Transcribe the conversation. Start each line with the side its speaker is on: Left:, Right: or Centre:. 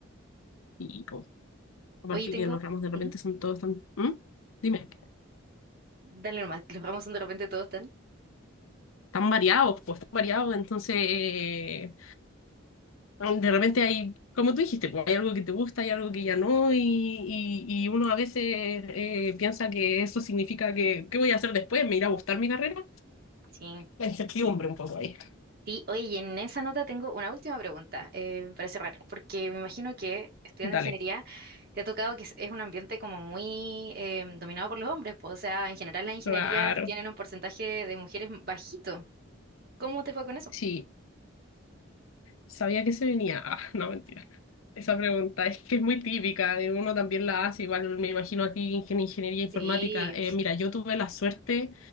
Left: Y, pues, Aparte
Right: Oye, tengo,
Left: que los ramos de repente
Right: ujú,
Left: son todos tan... ¿Mm? Dime,
Right: Dale nomás, los ramos son de repente todos tan.
Left: tan variados, pues tan variados. Entonces, eh, de repente hay, como tú dijiste, pues, hay algo que te gusta, hay algo que ya no, y, y, y uno a veces eh, piensa que eso significa que, ¿qué voy a hacer después? ¿Me irá a gustar mi carrera?
Right: Sí,
Left: La incertidumbre
Right: sí.
Left: un poco ahí.
Right: Sí, oye, y en esa nota tengo una última pregunta eh, para cerrar, porque me imagino que estudiando
Left: Dale.
Right: ingeniería te ha tocado que es es un ambiente como muy eh, dominado por los hombres, pues, o sea, en general las ingenierías
Left: Claro.
Right: tienen un porcentaje de mujeres bajito. ¿Cómo te fue con eso?
Left: Sí. Sabía que se venía. Ah, <laughs> no, mentira. Esa pregunta es que es muy típica, y uno también la hace, igual me imagino a ti, ingen- ingeniería informática.
Right: Sí,
Left: Eh, mira, yo tuve la suerte,